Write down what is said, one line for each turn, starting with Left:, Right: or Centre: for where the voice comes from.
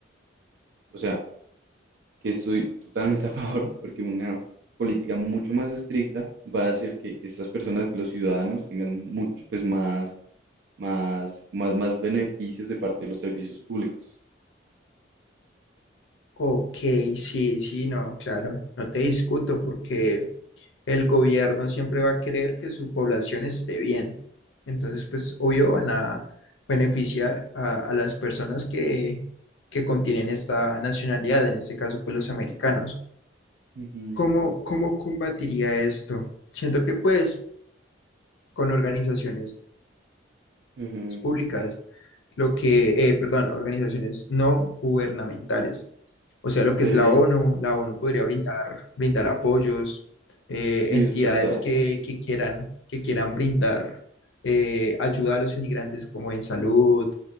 Right: O sea, que estoy totalmente a <laughs> favor porque una política mucho más estricta va a hacer que estas personas, que los ciudadanos, tengan mucho pues más más, más, más beneficios de parte de los servicios públicos.
Left: Ok, sí, sí, no, claro, no te discuto porque el gobierno siempre va a querer que su población esté bien. Entonces, pues obvio van a beneficiar a, a las personas que, que contienen esta nacionalidad, en este caso, pues los americanos.
Right: Ujú,
Left: ¿Cómo, cómo combatiría esto? Siento que pues con organizaciones
Right: Ujú,
Left: públicas, lo que, eh, perdón, organizaciones no gubernamentales, o sea,
Right: Ok,
Left: lo que
Right: sí,
Left: es la ONU, la ONU podría brindar, brindar apoyos, eh,
Right: es
Left: entidades
Right: verdad.
Left: que, que quieran, que quieran brindar eh, ayuda a los inmigrantes como en salud,